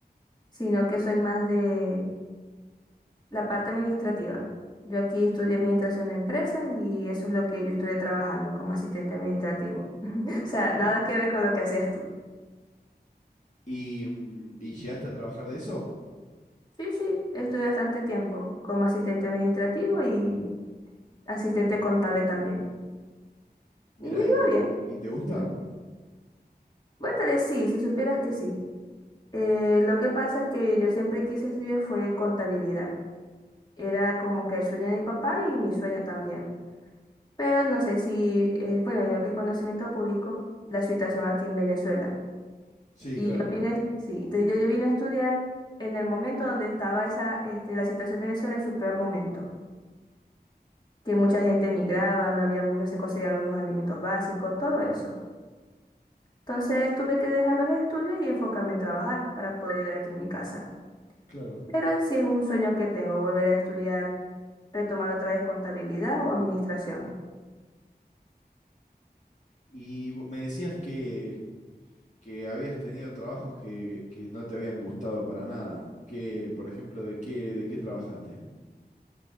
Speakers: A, on the left; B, on the left.
A: sino que soy más de la parte administrativa. Yo aquí estudié administración de empresas y eso es lo que yo estuve trabajando como asistente administrativo. <laughs> O sea, nada que ver con lo que hacías tú.
B: ¿Y, mm, y llegaste a trabajar de eso?
A: Sí, sí, estuve bastante tiempo como asistente administrativo y asistente contable también.
B: Mira,
A: Y me iba
B: ¿y,
A: bien,
B: y te gusta?
A: dime. Bueno, tal vez sí, si supieras que sí. Eh, lo que pasa es que yo siempre quise estudiar fue contabilidad. Era como que el sueño de mi papá y mi sueño también. pero no sé si, eh, bueno, en lo que es conocimiento público, la situación aquí en Venezuela.
B: Sí,
A: Y
B: claro,
A: yo vine, sí, entonces yo, yo vine a estudiar en el momento donde estaba esa, este, la situación de Venezuela en su peor momento, que mucha gente emigraba, no había, mu- no se conseguían algunos alimentos básicos, todo eso. Entonces tuve que dejar los estudios y enfocarme en trabajar para poder ayudar aquí en mi casa.
B: claro.
A: Pero sí es un sueño que tengo, volver a estudiar, retomar otra vez contabilidad o administración.
B: Y vo- me decías que, que habías tenido trabajos que, que no te habían gustado para nada. Que, por ejemplo, ¿de qué, de qué trabajaste?